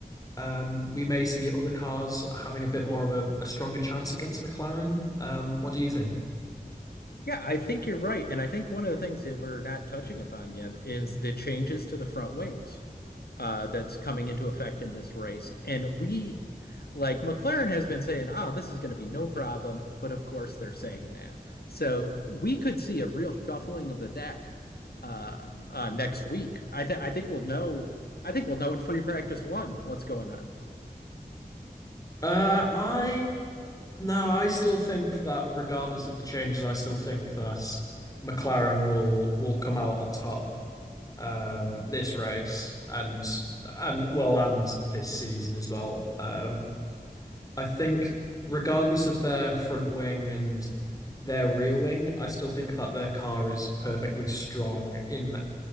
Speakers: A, on the left (about 20°); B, on the left (about 80°).
A: um, we may see other cars having a bit more of a, a stronger chance against McLaren. Um, what do you think?
B: Yeah, I think you're right. And I think one of the things that we're not touching upon yet is the changes to the front wings. uh, that's coming into effect in this race. And we, like McLaren has been saying, oh, this is going to be no problem. But of course, they're saying that. So we could see a real shuffling of the deck uh, uh, next week. I, th- I think we'll know. I think we'll know in free practice one what's going on.
A: Uh, I no, I still think that regardless of the changes, I still think that McLaren will will come out on top um, this race and and well and this season as well. Um, I think, regardless of their front wing and their rear wing, I still think that their car is perfectly strong in